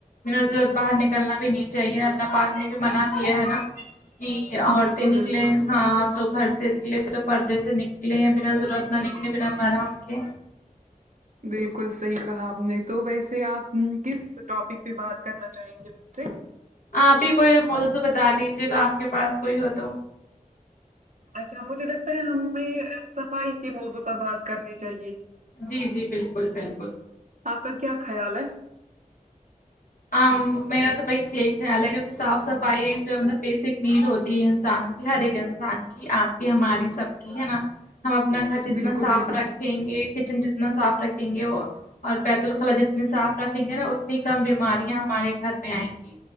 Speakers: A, on the left; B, on the right.
A: ماضرورت باہر نکل نکلنا بھی نہیں چاہیے اللہ پاک نے بھی منع کیا ہے نا جی عورتیں
B: بالکل
A: نکلے
B: بالکل
A: ہاں تو گھر سے نکلے تو پردے سے نکلے بنا ضرورت نہ نکلے بنا محرم کے
B: بلکل صحیح کہا آپ نے تو ویسے آپ کس ٹاپک پہ بات کرنا چاہیں گے مجھ سے
A: آپ ہی کوئی موجو تو بتا دیجیے گا آپ کے پاس کوئی ہو تو
B: اچھا مجھے لگتا ہے ہمیں صفائی کی موضوع پر بات کرنی چاہیے
A: جی جی بالکل بالکل
B: آپ کا کیا خیال ہے
A: ہاں میرا تو بائی یہی خیال ہے کیونکہ صاف صفائی ایک مطلب بیسک نیڈ ہوتی ہے انسان ہر ایک انسان کی آپ کی ہماری سب کی ہے نا ہم اپنا گھر جتنا
B: بالکل
A: صاف
B: بالکل
A: رکھ رکھیں گے کچن جتنا صاف رکھیں گے وہ اور بیت الخلاء جتنی صاف رکھیں گے نا اتنی کم بیماریاں ہمارے گھر میں آئیں گی